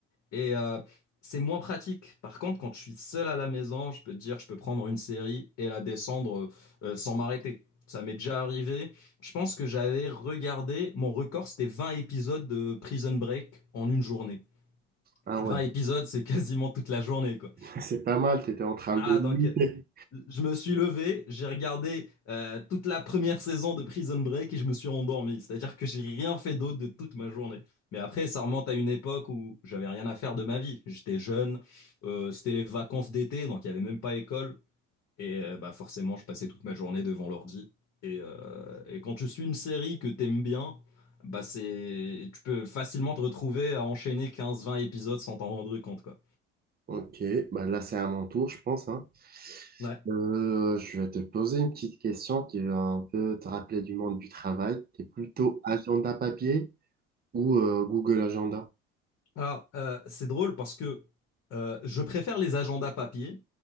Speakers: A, on the left (about 50°); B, on the right (about 30°).
A: Et euh, c'est moins pratique. Par contre, quand je suis seul à la maison, je peux te dire, je peux prendre une série et la descendre euh, euh, sans m'arrêter. Ça m'est déjà arrivé. Je pense que j'avais regardé, mon record, c'était 20 épisodes de Prison Break en une journée.
B: Ah
A: Et
B: ouais,
A: 20 épisodes, c'est quasiment toute la journée, quoi.
B: <laughs> c'est pas mal, t'étais en train
A: Ah,
B: de lutter.
A: donc, euh, je me suis levé, j'ai regardé euh, toute la première saison de Prison Break et je me suis endormi. C'est-à-dire que j'ai rien fait d'autre de toute ma journée. Mais après, ça remonte à une époque où j'avais rien à faire de ma vie. J'étais jeune, euh, c'était les vacances d'été, donc il n'y avait même pas école. Et euh, bah, forcément, je passais toute ma journée devant l'ordi. Et, euh, et quand tu suis une série que t'aimes bien, bah c'est... tu peux facilement te retrouver à enchaîner quinze, vingt épisodes sans t'en rendre compte, quoi.
B: Ok, bah là, c'est à mon tour, je pense, hein.
A: Ouais.
B: Euh, je vais te poser une petite question qui va un peu te rappeler du monde du travail. T'es plutôt agenda papier ou euh, Google Agenda?
A: Alors, euh, c'est drôle parce que euh, je préfère les agendas papier,